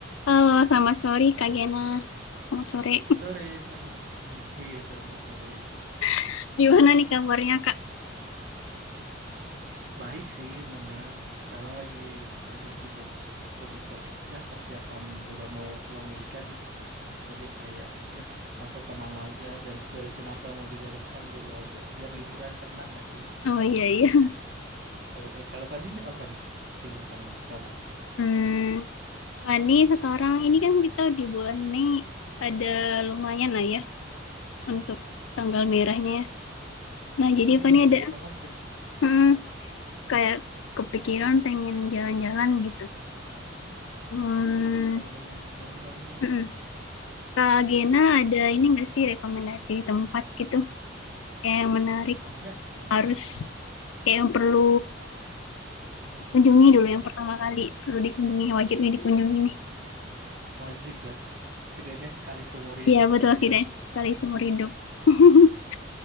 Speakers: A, on the left; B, on the right.
A: Halo, selamat sore Kak Gena. Selamat sore.
B: Sore, Fani. <laughs> Iya, sore, sore.
A: <laughs> Gimana nih kabarnya Kak?
B: Baik sih, Bang ya. Sekarang lagi itu aja sibuk untuk ya persiapan udah mau long weekend. Jadi kayak ya fase tenang aja, beres-beresin apa yang mau dibereskan dulu aja. Biar liburan tenang gak sih?
A: Oh iya iya.
B: Eh, eh, kalau Fani apa nih kesibukannya sekarang?
A: Hmm, Fani sekarang ini kan kita di bulan Mei ada lumayan lah ya untuk tanggal merahnya. ya. Nah jadi
B: Mm-mm,
A: Fani
B: banyak
A: ada
B: banget tuh.
A: hmm, kayak kepikiran pengen jalan-jalan gitu. Hmm,
B: Jalan-jalan
A: mm-mm. Kak Gena ada ini nggak sih rekomendasi tempat gitu kayak yang menarik
B: banyak sih.
A: harus kayak yang perlu dikunjungi dulu yang pertama kali perlu dikunjungi wajibnya dikunjungi nih.
B: Wajib ya, se- setidaknya sekali seumur hidup
A: Iya betul
B: gitu
A: tidak
B: ya.
A: sekali seumur hidup. <laughs>